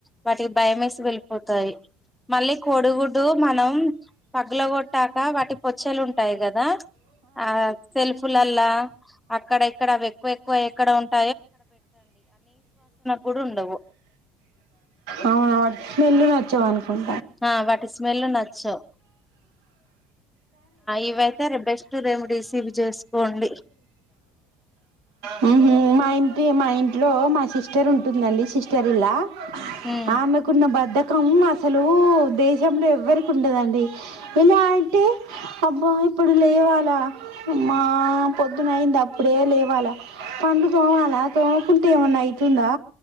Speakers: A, in the centre; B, on the right (about 85°).
A: వాటికి భయం వేసి వెళ్ళిపోతాయి మళ్ళీ కోడుగుడ్డు మనం పగల కొట్టాక వాటి పొచ్చేలు ఉంటాయి కదా ఆ సెల్ఫ్లల్లా అక్కడ ఇక్కడవి ఎక్కువ ఎక్కువ ఎక్కడ ఉంట కూడా ఉండవు
B: ఆ ఆ వాటి స్మెల్ నచ్చవ్ అజం
A: ఆ వాటి స్మెల్ నచ్చవ్ ఇవైతే బెస్ట్ రెమెడీస్ ఇవి చేసుకోండి
B: హ్మ్మ్ మా ఇంటి మా ఇంట్లో మా సిస్టర్ ఉంటుందండి సిస్టర్ ఇలా
A: ఉమ్
B: ఆమెకున్న బర్డె కం అసలు దేశంలో ఎవ్వరికి ఉండదండి ఇలా అయితే అబ్బా ఇప్పుడు లేవాలా హమ్మ పొద్దున అయింది అప్పుడే లే వాలా పండ్లు తోమాల తోమకుంటే ఏమన్నా ఐ తుందా